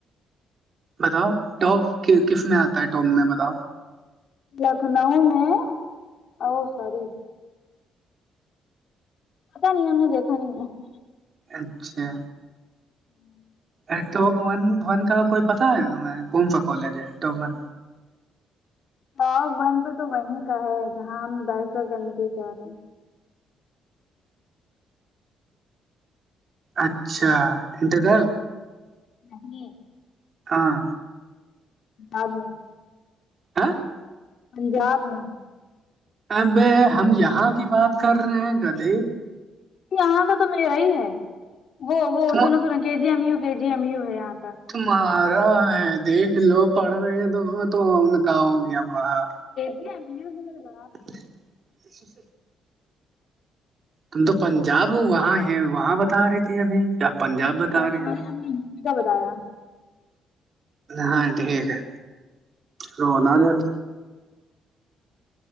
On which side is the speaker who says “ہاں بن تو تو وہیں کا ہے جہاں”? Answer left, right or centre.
Left